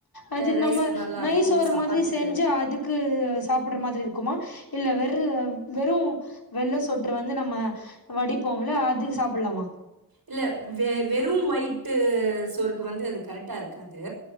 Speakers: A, on the left; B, on the right.
A: அது
B: ரைஸ்க்கு
A: நம்ம
B: நல்லா
A: நைஸ்ஓர
B: இருக்கு சப்பாத்திக்கு
A: மாரி செஞ்சு அதுக்கு சாப்டற மாதிரி இருக்குமா இல்ல வெறு ம் வெறு வெள்ள சோற்று வந்து நம்ம வடிப்போம்ல அதுக்கு சாப்லாமா
B: இல்ல வெ வெறும் வயிட்டு சோருக்கு வந்து அது கரெக்டா இருக்காது